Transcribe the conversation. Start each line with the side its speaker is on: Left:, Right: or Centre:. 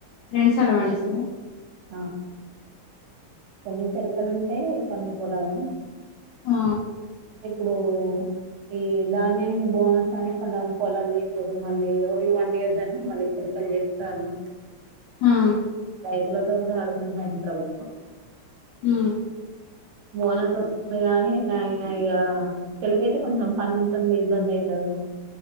Left: రెండు సార్లు పండిస్తారా
Right: వేస్తాం కొన్ని శలకలు ఉంటాయి కొన్ని పొలాలు
Left: ఆ
Right: ఇప్పుడూ ఈ ధాన్యానికి బోనస్ అని కొందరు పొలాలు చేసారు మళ్ళీ ఒడ్లు పండియొద్దని మళ్ళీ శిలుకలు <unintelligible>
Left: ఆ
Right: రైతుల తొ కూడా ఆడుకుంటాంది ప్రభుత్వం
Left: మ్
Right: బోనస్ వస్తుంది గాని ఇట్లా ఆయన ఇక చిలక అయితే కొంచెం పని ఉంటుంది ఇబ్బంది అయతుది అ